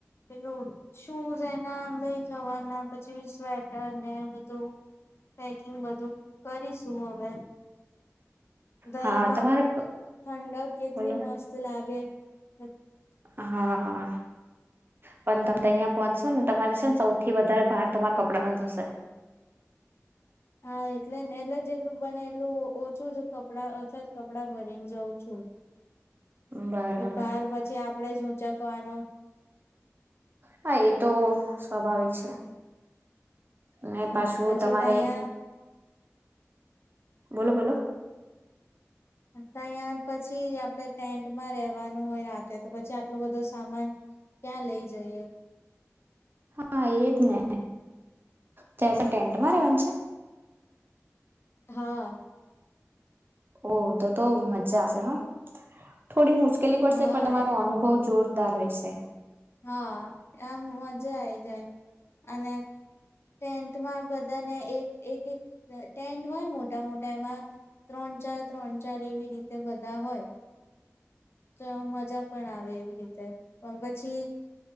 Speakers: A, on the left (about 50°); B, on the right (about 40°).
A: પેલું શૂઝ એના લઈ જવાના પછી સ્વેટર ને બધું પેકિંગ બધું કરીશું હવે. દયાતામ
B: હા તમારે
A: ઠંડક કેટલી
B: બોલો
A: મસ્ત લાગે. <unintelligible>
B: હા પણ તમે તો અહિયાં પહોંચશો ને તમારે છે ને સૌથી વધારે ભાર તમારા કપડા ન થશે
A: હા એટલે ને એટલે જ એટલું બને એટલું ઓછું જ કપડા ઓછા જ કપડા ભરીને જાઉ છું.
B: બરાબર
A: કે બાર પછી આપડે જ ઊંચકવાનો
B: હા એ તો
A: એટલે
B: સ્વાભાવિક છે ને
A: હા
B: પાછું
A: પછી
B: તમારે
A: તો અહિયા
B: બોલો બોલો
A: <unintelligible> પછી આપણે ટેન્ટમાં રેવાનું હોય રાતે તો પછી આટલું બધું સામાન ક્યાં લઈ જઈએ.
B: હા એજ ને ત્યાં તો ટેન્ટમાં રેવાનું છે?
A: હા
B: ઓ, તો તો, મજા આવશે હા થોડી, મુશ્કેલી પડશે
A: હા
B: પણ તમારો
A: એ
B: અનુભવ જોર દાર રહેશે
A: હા, આમ મજા આઈ જાય અને ટેન્થમાં બધા ધને એક એક એક ટેન્ટ હોય મોટા મોટા એમાં ત્રણ ચાર ત્રણ ચાર એવી રીતે બધા હોય તો મજા પણ આવે એવી રીતે પણ પછી